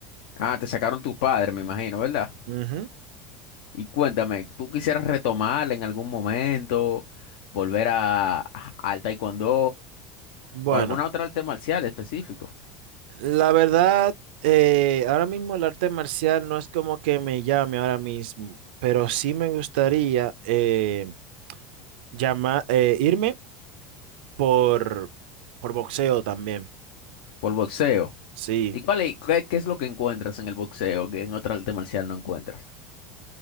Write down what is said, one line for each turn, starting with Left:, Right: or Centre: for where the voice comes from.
Left: Ah, te sacaron tus padres, me imagino, ¿verdad?
Right: Ujú.
Left: Y cuéntame, ¿tú quisieras retomar en algún momento, volver a, a- al taekwondo
Right: Bueno.
Left: o alguna otra arte marcial específico
Right: La verdad, eh, ahora mismo el arte marcial no es como que me llame ahora mismo, pero sí me gustaría eh, llama- eh, irme por, por boxeo también.
Left: por boxeo?
Right: Sí,
Left: ¿Y cuál es, qué, qué es lo que encuentras en el boxeo que en otra arte marcial no encuentras?